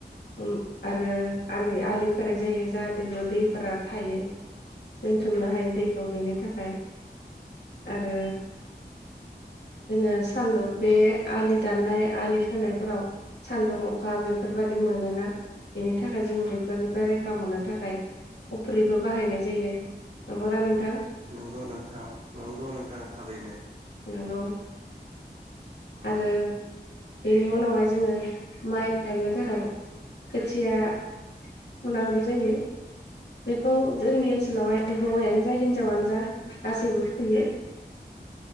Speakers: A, on the left; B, on the right.
A: उम आरो आलि आलि होनाय जायो जाहाथे बेयाव दैफाराग थायो दोनथुमनो हायो। औ बेनि थाखाय आरो जोङो सानदुं बे आलि दाननाय आलि सोनायफोराव सान्दुं अखा बेफोरबादि मोनोना बेनि थाखाय जोङो बेफोरनिफ्राय रैखा मोननो थाखाय खफ्रिबो बाहायनाय जायो नंगना नों
B: नंगौ नोंथां नंगौ नोंथां थारैनो।
A: नोंगौ।
B: औ
A: आरो बेनि उनावहाय जोङो माइ गायनो थाखाय खोथिया फुनांगौ जायो। बेखौ जोंनि ओनस सोलावहाय हौवायानो जायदोंस हिन्जावानो जा गासैबो फुयो।